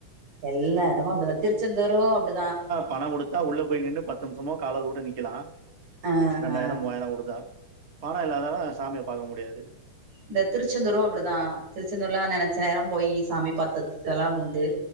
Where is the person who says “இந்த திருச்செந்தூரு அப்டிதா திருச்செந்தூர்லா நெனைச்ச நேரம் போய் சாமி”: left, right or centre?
Right